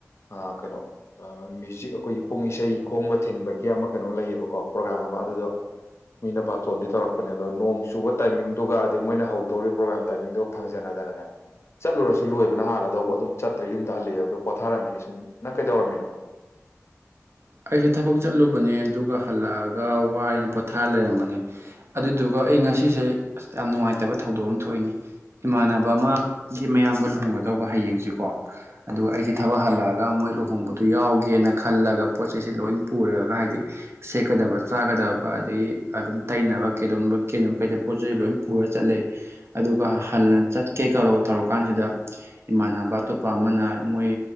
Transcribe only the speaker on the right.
ꯑꯩꯁꯨ ꯊꯕꯛ ꯆꯠꯂꯨꯕꯅꯦ ꯑꯗꯨꯒ ꯍꯜꯂꯛꯑꯒ ꯋꯥꯏꯅ ꯄꯣꯊꯥ ꯂꯩꯔꯝꯕꯅꯦ ꯑꯗꯨꯗꯨꯒ ꯑꯩ ꯉꯁꯤꯁꯦ ꯑꯁ ꯌꯥꯝ ꯅꯨꯡꯉꯥꯏꯇꯕ ꯊꯧꯗꯣꯛ ꯑꯃ ꯊꯣꯛꯏꯅꯤ ꯏꯃꯥꯟꯅꯕ ꯑꯃ ꯒꯤ ꯃꯌꯥꯝꯕ ꯂꯨꯍꯣꯡꯒꯗꯧꯕ ꯍꯌꯦꯡꯁꯤꯀꯣ ꯑꯗꯨꯒ ꯑꯩꯁꯤ ꯊꯕꯛ ꯍꯜꯂꯛꯑꯒ ꯃꯣꯏ ꯂꯨꯍꯣꯡꯕꯗꯨ ꯌꯥꯎꯒꯦꯅ ꯈꯜꯂꯒ ꯄꯣꯠ ꯆꯩꯩꯁꯦ ꯂꯣꯏ ꯄꯨꯔꯒ ꯍꯥꯏꯗꯤ ꯁꯦꯠꯀꯗꯕ ꯆꯥꯒꯗꯕ ꯑꯗꯒꯤ ꯑꯗꯨꯝ ꯇꯩꯅꯕ ꯀꯩꯗꯧꯅꯕ ꯀꯦꯅꯕ ꯀꯩꯗ ꯄꯣꯠ ꯆꯩ ꯂꯣꯏ ꯄꯨꯔꯥ ꯆꯠꯂꯦ ꯑꯗꯨꯒ ꯍꯜꯂꯟ ꯆꯠꯀꯦ <unintelligible> ꯇꯧꯔ ꯀꯥꯟꯁꯤꯗ ꯏꯃꯥꯟꯅꯕ ꯑꯇꯣꯞꯄ ꯑꯃꯅ ꯃꯣꯏ